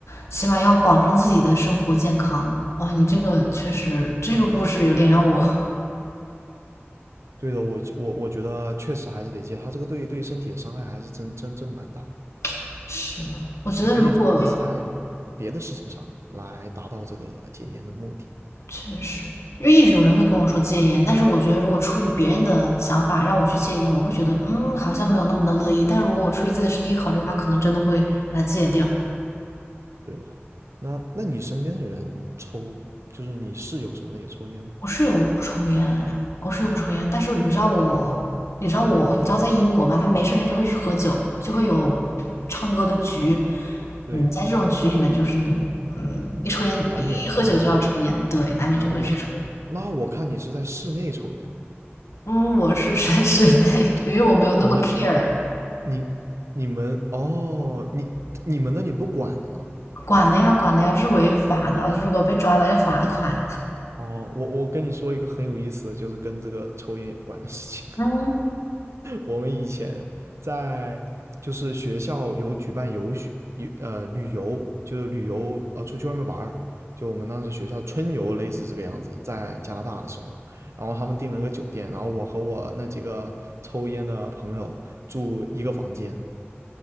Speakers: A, on the left (about 85°); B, on the right (about 85°).
A: 起码要保证自己的生活健康。哇，你这个确实，这个故事有点让我
B: 对的，我我我觉得确实还是得戒，它这个对对身体的伤害还是真真正蛮大。
A: <laughs> 是的。我觉得如果
B: 你可以 focus 在别的事情上来达到这个戒烟的目的，
A: 确实，因为一直有人会跟我说戒烟，但是我觉得如果出于别人的想法让我去戒烟，我会觉得嗯好像没有那么的乐意。但如果我出于自己的身体考虑的话，可能真的会把它戒掉。
B: 对吧？那那你身边的人抽，就是你室友什么的也抽烟吗？
A: 我室友不抽烟哎，我室友不抽烟，但是你知道我，你知道我，你知道在英国嘛，他没事他就会去喝酒，就会有唱歌的局，
B: 对，
A: 嗯，在这种局里面就是你嗯一抽烟一喝酒就要抽烟，
B: 难免难免会抽。
A: 对，难免就会去抽。
B: 哦，我那我看你是在室内抽烟嘛？
A: 嗯，我是在室内，因为我没有那么
B: 你们，
A: care
B: 你你们哦，你你们那里不管的吗？
A: 管的呀，管的呀，这是违法的，如果被抓了要罚款。
B: 哦，我我跟你说一个很有意思的，就是跟这个抽烟有关的事情。
A: 嗯
B: 我们以前在就是学校有举办游学游呃旅游，就是旅游呃出去外面玩儿，就我们当时学校春游类似这个样子，在加拿大的时候，然后他们订了个酒店，然后我和我那几个抽烟的朋友住一个房间，